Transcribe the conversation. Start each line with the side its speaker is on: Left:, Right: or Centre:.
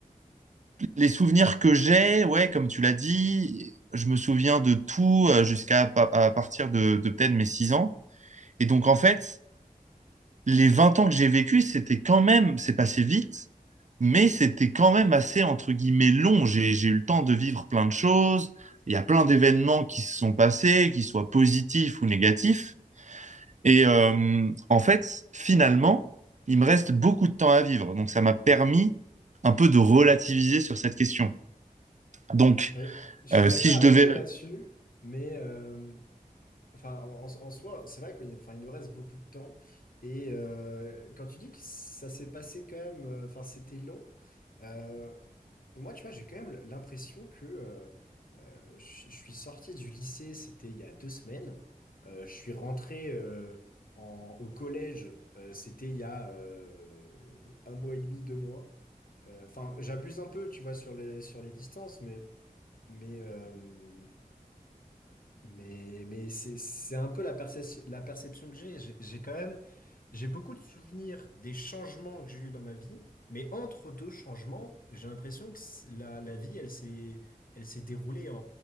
Right: les souvenirs que j'ai, ouais, comme tu l'as dit, je me souviens de tout euh, jusqu'à à partir de, de peut-être mes 6 ans. Et donc, en fait, les 20 ans que j'ai vécu, c'était quand même, c'est passé vite, mais c'était quand même assez, entre guillemets, long. J'ai, j'ai eu le temps de vivre plein de choses. Il y a plein d'événements qui se sont passés, qu'ils soient positifs ou négatifs. Et euh, en fait, finalement, il me reste beaucoup de temps à vivre. Donc, ça m'a permis un peu de relativiser sur cette question. Donc,
Left: Ouais. Je suis
Right: euh,
Left: d'accord
Right: si je
Left: avec
Right: devais
Left: toi là-dessus, mais, euh, Enfin, en, en soi, c'est vrai qu'il enfin, il nous reste beaucoup de temps. Et euh, quand tu dis que ça s'est passé quand même, euh, enfin, c'était long, euh, moi, tu vois, j'ai quand même l'impression que euh, euh, je je suis sorti du lycée, c'était il y a deux semaines. Euh, je suis rentré euh, en- au collège, euh, c'était il y a euh, un mois et demi, deux mois. Euh, Enfin, j'abuse un peu, tu vois, sur les, sur les distances, mais, mais, euh, mais, mais c'est, c'est un peu la percep- la perception que j'ai. J'ai j'ai quand même, j'ai beaucoup de souvenirs des changements que j'ai eus dans ma vie, mais entre deux changements, j'ai l'impression que c'est- la, la vie, elle s'est, elle s'est déroulée en,